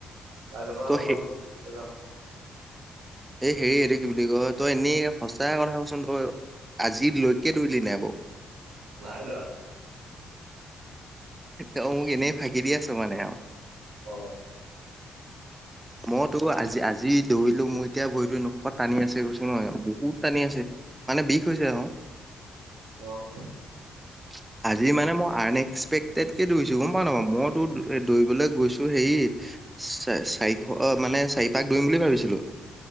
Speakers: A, on the right; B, on the right.
A: কাইলৈৰ পৰা
B: তই
A: তহঁতৰ
B: সেই
A: ফিল্ডটোতেই যাম।
B: এই হেৰি সেটো কি বুলি কয় তই এনেই সঁচা কথা কচোন তই আজিলৈকে দৌৰিলি নাই বাৰু।
A: নাই দৰা।
B: ত' মোক এনেই ফাঁকি দি আছো আৰু।
A: অ',
B: মইতো আজি আজি দৌৰিলো মোৰ এতিয়া ভৰিতো এনেকুৱা টানি আছে কৈছো নহয় বহুত টানি আছে। মানে বিষ হৈছে আৰু।
A: অ',
B: <inaudible> আজি মানে মই আন এক্সপেক্টেড কে দৌৰিছো গম পা নাপ মইতো দৌৰিবলৈ গৈছো হেৰি চ চাৰি অ মানে চাৰিপাক দুৰিম বুলি ভাবিছিলো।